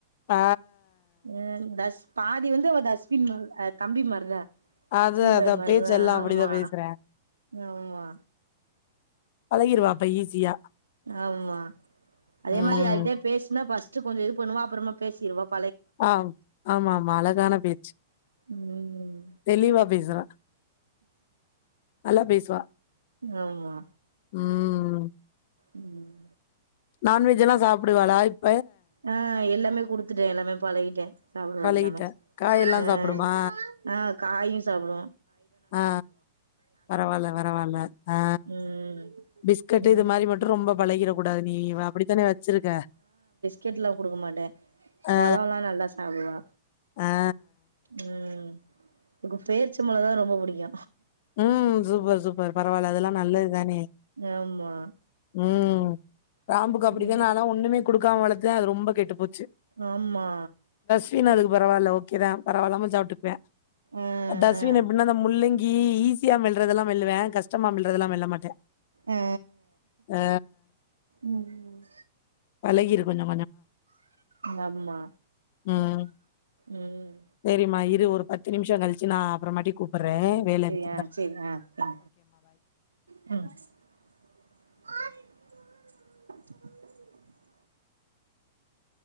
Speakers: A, on the left (about 55°); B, on the right (about 85°).
A: ஆ
B: ம் தஸ் பாதி வந்து அவ தஸ்பின் அ தம்பி மாரிதா
A: அதான்
B: சின்ன
A: அதான்
B: பயமாரிதா
A: பேச்செல்லாம் அப்படிதான்
B: ஆமா
A: பேசுறேன்.
B: ஆம்மா
A: பழகிருவான் அப்ப ஈஸியா
B: ஆம்மா அதே
A: ம்.
B: மாரி யார் கிட்டயாவது பேசுனா ஃபஸ் ட்டு கொஞ்சொ இது பண்ணுவா அப்புறமா பேசிருவாப்
A: ஆ ஆமா ஆமா அலகான பேச்சு
B: ம்
A: தெளிவா பேசுறா நல்லா பேசுவா
B: ஆமா
A: ம்
B: ம்
A: நான்வெஜ் எல்லா சாப்டுவாளா இப்
B: ஆ இல்ல இல்ல குடுத்துட்டே எல்லாமே பலகிட்டே சாப்டுவா
A: பழகிட்ட
B: எல்லாமே
A: காயெல்லா
B: ம்
A: சாப்டுமா
B: ஆ காயு ஸ் சாப்புடு
A: ஆ பரவால்ல பரவால்ல ஆ
B: ம்
A: பிஸ்கெட்டு
B: ம்
A: இது மாரி மட்டு ரொம்ப பலகிட கூடாது நீ அப்படித்தான வச்சிருக்க
B: கெட்லா குடுக்க மாட்டே
A: ஆ
B: பலொல்லா நல்லா சாப்டுவா
A: ஆ
B: ம் ம் உங்க பேரிச்சப்பலொந்தா ரொம்ப புடிக்கு
A: ம் சூப்பர் சூப்பர் பரவால்ல அதெல்லா நல்லதுதானே
B: ஆமா
A: ம் ம் பாம்புக்கு அப்டிதான
B: ம்
A: அதெல்லா ஒண்ணுமே குடுக்காம வளத்து த அது ரொம்ப கெட்டு போச்
B: ஆம்மா
A: தீன் அதுக்கு பரவால்ல ஒக் கிறா பரவால்லாம சாப்ட்டுப்பியா
B: ஆ ஆ
A: தஸ்வின் எப்டின்னா இந்த முள்ளங்கி ம் ஈஸியா மெல்றதெல்லா மெல்லுவா கஸ்டமா மெல்றதெல்லா மெல்ல மாட்டே
B: ஆ
A: ஆ
B: ம் ம்
A: பலகிரு கொஞ்சோ
B: ஆம்மா
A: ம்.
B: ம்
A: சரிம்மா ஒரு பத்து நிமிஷோ களிச்சு நா அப்ற மாட்டிக் கூப்பற்றே வேல இருக்
B: ஆ செரி ஆ ஆ ம் <unintelligible>